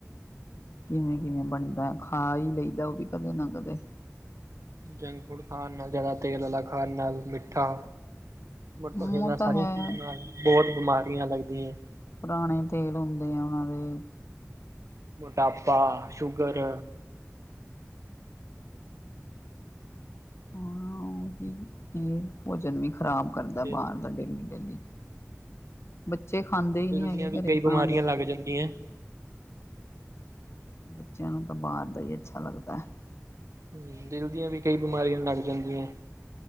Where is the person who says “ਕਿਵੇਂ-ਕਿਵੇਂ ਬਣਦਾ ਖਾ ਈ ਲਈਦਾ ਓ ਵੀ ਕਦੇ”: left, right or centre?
Left